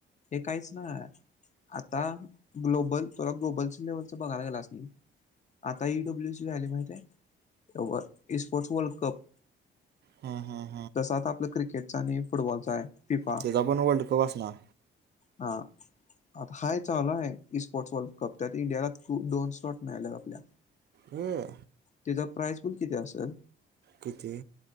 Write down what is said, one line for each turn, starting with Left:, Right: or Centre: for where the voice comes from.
Left: हे काहीच ना आता ग्लोबल तला ग्लोबल लेवलच बघायला गेलास नाही आता ईडब्ल्यू सी झाली माहिती आहे स्पोर्ट्स वर्ल्ड कप
Right: हा हा
Left: तसाच आपला क्रिकेटचा आणि फुटबॉलचा आहे पिपाा
Right: त्याचा पण वर्ल्ड कप असणार
Left: हा आता हाय चालु आहे स्पोर्टस वल् कप्त्यात इंडियाला दोन शॉट मिळालेत आपल्या
Right: ए,
Left: त्याचा प्राइस पण किती असतात
Right: किती